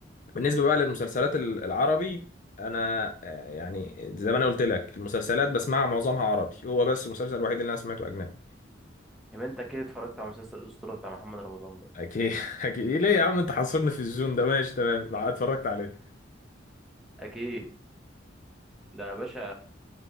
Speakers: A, on the left; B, in the centre.
A: بالنسبة بقى للمسلسلات ال- العربي أنا آه، يعني زي ما أنا قلت لك المسلسلات بسمعها معظمها عربي هو بس المسلسل الوحيد اللي أنا سمعته أجنبي
B: يبقى انت اكيد اتفرجت على مسلسل الاسطورة بتاع محمد رمضان بقى
A: أكيد <laughs> أكيد إيه ليه يا عم أنت حاصرني في الزون ده ماشي تمام اتفرجت عليه
B: اكيد ده يا باشا